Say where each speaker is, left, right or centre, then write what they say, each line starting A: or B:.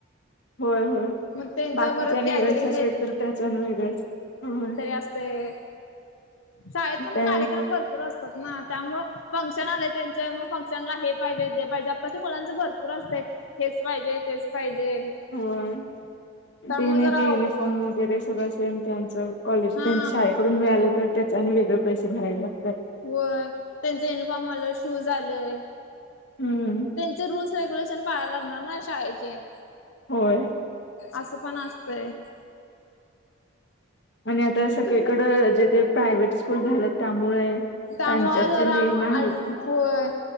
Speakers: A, on the left (about 60°); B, on the left (about 85°).
A: होय होय
B: मग त्यांच
A: बाकीच्या
B: परत गॅदरिंग
A: इव्हेंट्स असले तर त्याच आणि वेगळ च हो
B: असतय शाळेतपण
A: ते
B: कार्यक्रम भरपूर अस ना त्यामुळे फंक्शन आले त्यांच मग फंक्शनला हे पाहिजे पाहिजे आत्ताच्या मुलांच भरपूर असते हेच पाहिजे तेच पाहिजे
A: होय
B: त्यामुळे
A: ते नाही
B: जरा
A: ते युनिफॉर्म
B: अवघड
A: वगैरे सगळं सेम त्यांचं कॉलेज
B: हा
A: तेन शाळेकडून मिळाले तर त्याच्या वेगळे पैसे भरायला लागतात.
B: होय त्यांच युनिफॉर्म आलंय शूज आलंय
A: हम्म
B: चे रूल्स रेग्युलेशन पाळायला लागणार ना शाळेचे.
A: होय
B: असं पण असतय
A: आणि आता सगळीकड जे ते प्रायव्हेट स्कूल झाल्यात त्यामुळे
B: त्यामुळ
A: त्यांच्यात
B: जरा
A: जे नियम आहेत
B: आज
A: ते
B: होय